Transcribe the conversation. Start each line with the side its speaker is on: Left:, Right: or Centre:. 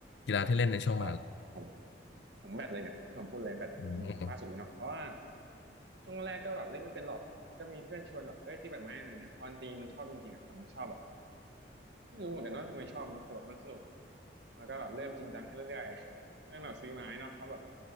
Left: กีฬาที่เล่นในช่วงมหาลัย
Right: อ๋อผมผมแบตเลยเนี่ยที่ผมพูดเลยแบตเป็นล่าสุดเลยเนาะเพราะว่า
Left: อืม
Right: ช่วงแรกก็แบบเล่นไม่เป็นหรอก มันก็มีเพื่อนชวนแบบเอ้ยตีแบดไหมอะไรเงี้ยพอมันตีมันชอบจริงๆอ่ะแบบมันชอบแบบไม่รู้เหมือนกันว่าทำไมชอบเนาะแต่แบบมันสนุกแล้วก็แบบเริ่มจริงจังขึ้นเรื่อยๆเริ่มแบบซื้อไม้เนาะเพราะแบบ